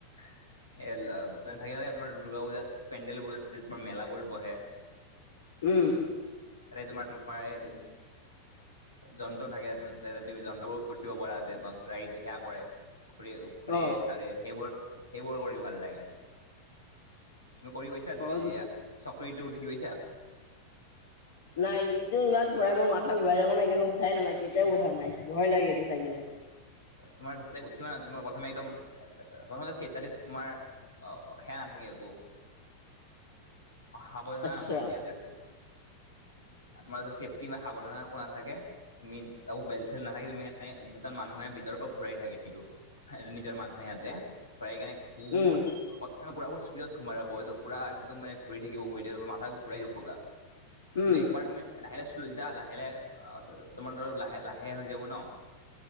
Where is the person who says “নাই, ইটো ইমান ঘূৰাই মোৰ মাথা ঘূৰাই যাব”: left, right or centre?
Left